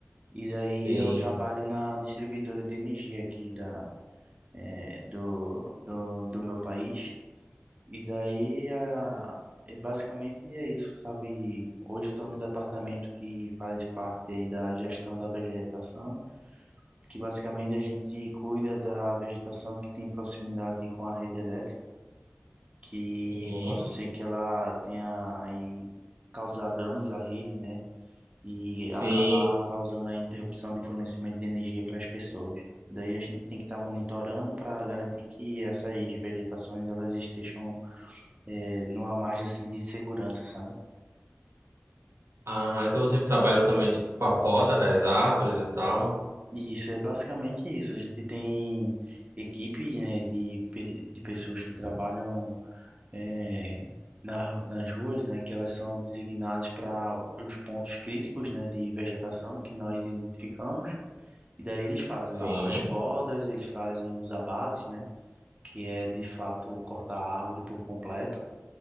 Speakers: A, on the right (about 25°); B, on the right (about 85°).
A: E daí
B: Sim.
A: eu trabalho na distribuidora de energia aqui da, eh, do, do, do meu país. E daí, a, é basicamente é isso, sabe? Hoje estou num departamento que faz parte aí da gestão da vegetação, que basicamente a gente cuida da vegetação que tem proximidade com a rede elétrica, que
B: Uhum.
A: possa ser que ela tenha aí causar danos à rede, né? E
B: Sim.
A: acabar causando a interrupção de fornecimento de energia para as pessoas. Daí a gente tem que estar monitorando para garantir que essas vegetações elas estejam é, numa margem assim de segurança, sabe?
B: Ah, então vocês trabalham também tipo, com a poda das árvores e tal?
A: E isso é basicamente isso. A gente tem equipes, né, de, pe- de pessoas que trabalham é, na, nas ruas, né, que elas são designadas para os pontos críticos, né, de vegetação que nós identificamos. E daí eles fazem
B: Sim.
A: lá as podas, eles fazem os abates, né, que é de fato cortar a árvore por completo.